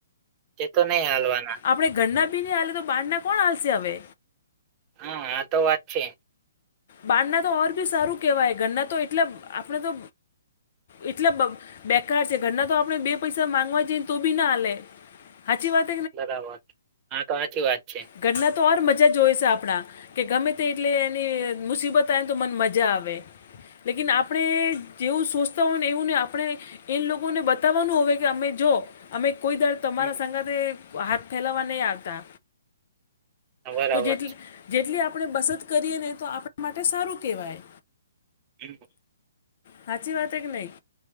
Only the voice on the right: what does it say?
એ તો નહી હાલવાના
હા આ તો વાત છે.
બરાબર હા તો સાચી વાત છે.
હમ
બરાબર
બિલકુલ.